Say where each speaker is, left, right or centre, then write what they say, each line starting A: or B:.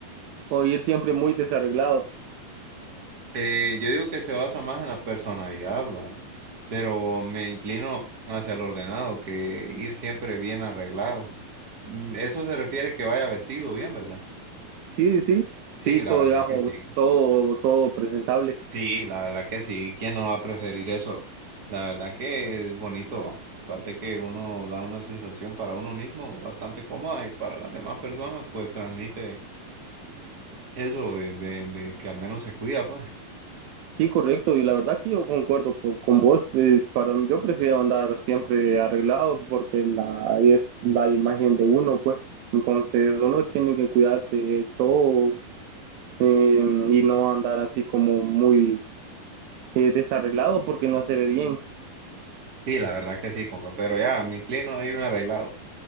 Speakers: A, on the right; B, on the right.
A: o ir siempre muy desarreglado?
B: Eh, yo digo que se basa más en la personalidad, ¿va? Pero me inclino hacia el ordenado, que ir siempre bien arreglado. Mm, Eso se refiere que vaya vestido bien, ¿verdad?
A: Sí, sí, sí,
B: Sí, la
A: todo,
B: verdad
A: digamos,
B: que sí.
A: todo, todo presentable.
B: Sí, la verdad que sí, ¿quién no va a preferir eso? La verdad que es bonito, aparte que uno da una sensación para uno mismo bastante cómoda y para las demás personas pues transmite eso de, de, de que al menos se cuida pues.
A: Sí, correcto, y la verdad que yo concuerdo por- con vos, eh, para, yo prefiero andar siempre arreglado porque la, es la imagen de uno, pues, entonces uno tiene que cuidarse de todo eh, y no andar así como muy eh, desarreglado porque no se ve bien.
B: Sí, la verdad que sí, compa, pero ya me inclino a irme arreglado.